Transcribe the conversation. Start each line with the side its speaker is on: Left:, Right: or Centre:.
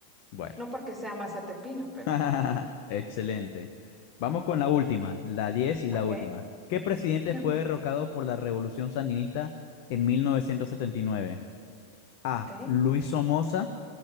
Left: Bueno.
Centre: No porque sea mazatepina, pero...
Left: <laughs> Excelente. Vamos con la última, la 10 y la
Centre: Okay.
Left: última. ¿Qué
Centre: <clears throat>
Left: presidente
Centre: Mm,
Left: fue derrocado por la Revolución Sandinista en 1979? A.
Centre: Ok.
Left: Luis Somoza